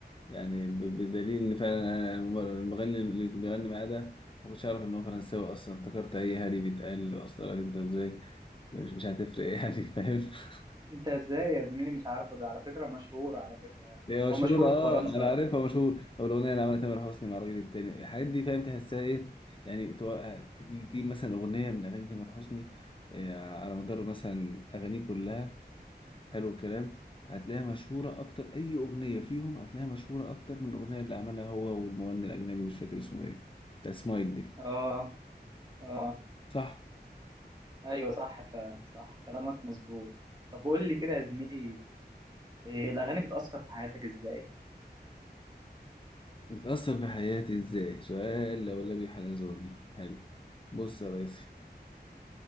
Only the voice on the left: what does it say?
يعني ب- بدليل إن فعلا أنا المغني اللي بيغني معاه ده ما كنتش أعرف إن هو فرنساوي أصلا افتكرت أي هري بيتقال أصلا أنت إزاي مش مش هتفرق يعني فاهم <laughs>
هي مشهورة
أه
أنا
عارفها مشهور أو الأغنية اللي عملها تامر حسني مع الراجل التاني الحاجات دي فاهم تحسها إيه يعني تو- تجيب مثلا أغنية من أغاني تامر حسني آه، على مدار مثلا أغانيه كلها حلو الكلام هتلاقيها مشهورة أكتر أي أغنية فيهم هتلاقيها مشهورة أكتر من الأغنية اللي عملها هو والمغني الأجنبي مش فاكر اسمه إيه بتاع سمايل دي
صح
بتأثر في حياتي إزاي سؤال لولبي حلزوني حلو بص يا ريس